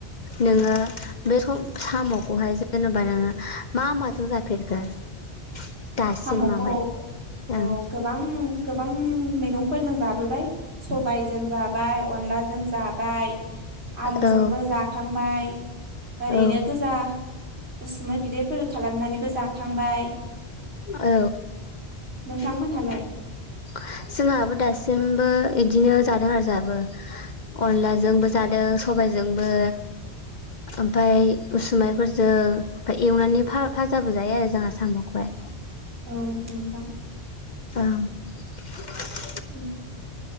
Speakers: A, on the left; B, on the right.
A: नोंङो बे सम साम'खौहाय जेनेबा नोंङो मा माजों जाफेरखो? <inaudible> दासिमावहाय
B: साम'खौ
A: ओं
B: औ गोबां गोबां मैगं फोरजों जाबोबाय सबायजों जाबाय अनला जों जाबाय। आलुजोंबो
A: औ
B: जाखांबाय ओरैनो
A: औ
B: गोजा उसुमै बिदैफोर खालामनानैबो जाखांबाय।
A: औ
B: नोंथांमोनहालाय
A: <inaudible> जोंहाबो दासिमबो इदिनो जादों आरो जाहाबो। अनलाजोंबो जादों सबायजों जोंबो ओमफाय उसुमाइफोरजों ओमफ्राय एवनानै फा फाजाबो जायो आरो जोंहा साम'खौहाय।
B: औ नोंथां ।
A: औ
B: उ